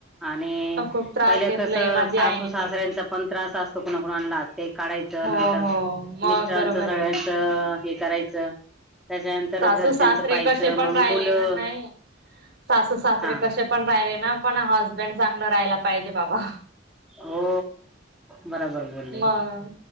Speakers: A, in the centre; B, on the right (about 60°).
A: आणि
B: खूप त्रास
A: पहिलं
B: घेतलाय
A: कसं
B: माझ्या
A: सासू
B: आईने
A: सासऱ्यांचा
B: पण
A: पण त्रास असतो कणाकूनलाच. ते काढायचं
B: हो
A: नंतर,
B: हो मग
A: मिस्टरांचं
B: बरोबर
A: सगळ्यांचं
B: आहे
A: हे करायचं. त्याच्यानंतर
B: सासू
A: घरच्यांचं
B: सासरे
A: पाहायचं,
B: कसे पण
A: मग
B: राहिले
A: मुलं
B: ना नाही सासू सासरे
A: हा
B: कसे पण राहिले ना पण हसबंड चांगलं राहाला पाहिजे बाबा.
A: हो बरोबर बोलले
B: मग,